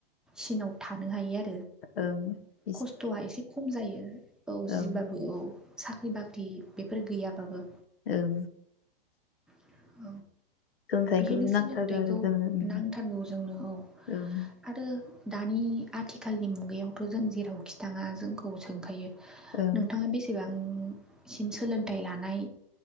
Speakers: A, in the centre; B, on the left (about 80°).
A: सिनाव थानो हायो आरो
B: औ
A: खस्थ'आ एसे खम जायो औ जिबाबो
B: ओं
A: औ साख्रि बाख्रि बेफोर गैयाबाबो
B: औ
A: औ
B: सोलोंथाइखौ
A: बेखायनो
B: नांथारगौ
A: सोलोंथाइखौ
B: आरो जोंनो उम,
A: नांथारगौ जोंनो औ
B: ओं
A: आरो दानि आथिखालनि मुगायावथ' जों जेरावखि थांङा जोंखौ सोंखायो
B: ओं
A: नोंथाङा बेसेबां आ सिम सोलोंथाइ लानाय